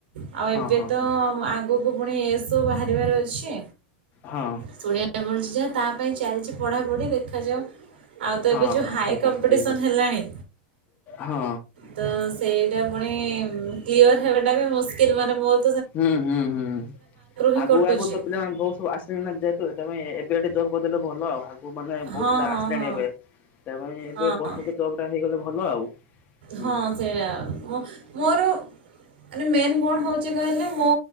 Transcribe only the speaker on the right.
ଆଉ
ଏବେ
ତ
ଆଗକୁ ପୁଣି ଏସବୁ ବାହାରିବାର ଅଛି।
ଶୁଣିବା ପାଈଁ ମିଳୁଛି ଯାହା, ତା ପାଇଁ ଚାଲଚି ପଢାପଢି ଦେଖ ଦେଖାଯାଉ ଆଉ ତ
ଏବେ ଯୋଉଁ
ହାୟ
କମ୍ପିଟିସନ୍
ହେଲାଣି।
ତ ସେଇଟା ପୁଣି କ୍ଲିଅର ହେବାଟା ବି ମୁସ୍କିଲ୍ ମାନେ ବହୁତ
ହିଁ
କଟୁଛି।
ହଁ
ହଁ
ହଁ
ହଁ।
ହଁ ସେଇଆ। ମୋର ମାନେ ମେନ୍ କଣ ହେଉଛି କହିଲେ ମୋ